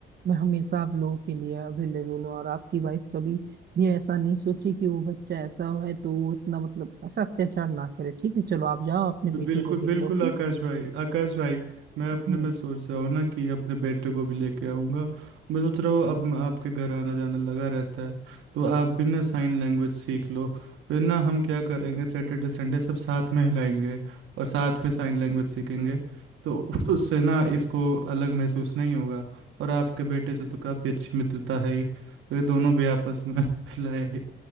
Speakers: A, on the right; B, on the right.
A: मैं हमेशा आप लोगों के लिए अवेलेबल हूँ और आपकी वाइफ कभी भी ऐसा नहीं सोचे कि वो बच्चा ऐसा है तो वो इतना मतलब ऐसा अत्याचार ना करे ठीक है चलो आप जाओ अपने
B: बि-
A: बेटे
B: बिल्कुल
A: को देख
B: बिल्कुल
A: लो ओके
B: आकाश भाई आकाश भाई मैं अपने
A: हम्म
B: में सोच रहा हूँ ना कि अपने बेटे को भी लेके आऊँगा मैं सोच रहा हूँ अब मैं आपके घर आना जाना लगा रहता है तो आप भी ना साइन लैंग्वेज सीख लो फिर ना हम क्या करेंगे सैटरडे संडे सब साथ में हिलाएंगे और साथ में साइन लैंग्वेज सीखेंगे तो <laughs> उससे ना इसको अलग महसूस नहीं होगा और आपके बेटे से तो काफ़ी अच्छी मित्रता है ही तो ये दोनों भी आपस में <laughs> हिलाए